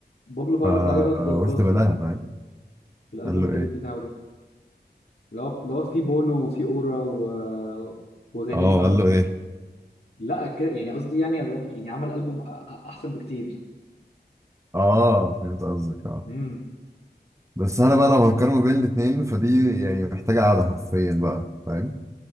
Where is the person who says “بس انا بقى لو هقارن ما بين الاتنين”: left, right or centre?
Right